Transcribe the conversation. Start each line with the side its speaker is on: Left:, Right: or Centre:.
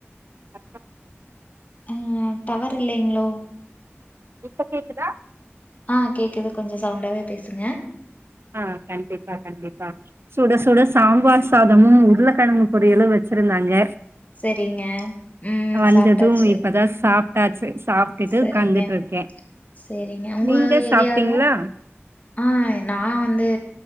Right: ஹலோ
Left: ஆஹ் டவர் இல்லைங்ளோ
Right: இப்ப கேக்குதா
Left: ஆஹ் கேக்குது கொஞ்சோ சவுண்டாவே பேசுங்க
Right: ஆ கண்டிப்பா கண்டிப்பா சுட சுட சாம்பார் சாதமு உருளக்கெழங்கு பொரியலு வெச் ச்சிருந்தாங்க
Left: சரிங்க ம்
Right: வந்தது
Left: சாப்ட்டாச்சு
Right: இப்பதா சாப்டாச்சு சாப் ட்டு
Left: சரிங்க
Right: ஒட்காந்துட்டு இருக்கே
Left: சரிங்க உங்க
Right: நீங்க
Left: ஏரியால
Right: சாப்டீங்களா
Left: ஆ நா வந்து